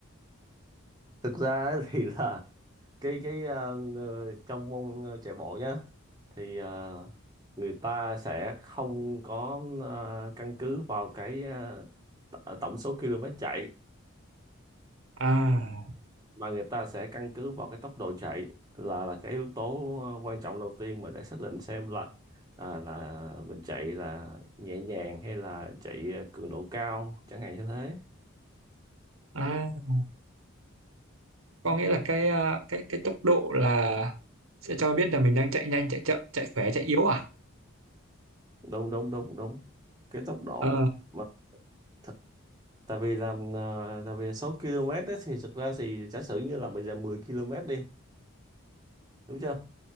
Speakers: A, on the right (about 20°); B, on the right (about 75°).
A: thực ra ấy <laughs> thì là cái cái ờ, ờ, trong môn ờ, chạy bộ nhá thì ờ, người ta sẽ không có ờ, căn cứ vào cái ờ, t- ờ, tổng số km chạy
B: à
A: mà người ta sẽ căn cứ vào cái tốc độ chạy là là cái yếu tố ờ, quan trọng đầu tiên mà để xác định xem là là, là mình chạy là nhẹ nhàng hay là chạy ờ, cường độ cao chẳng hạn như thế
B: à có nghĩa là cái à, cái cái tốc độ là sẽ cho biết là mình đang chạy nhanh chạy chậm chạy khỏe chạy yếu à
A: đúng đúng đúng đúng cái tốc độ
B: ờ
A: mà th- tại vì làm ờ, tại vì số km đó thì thực ra thì giả sử như là bây giờ 10 km đi đúng chưa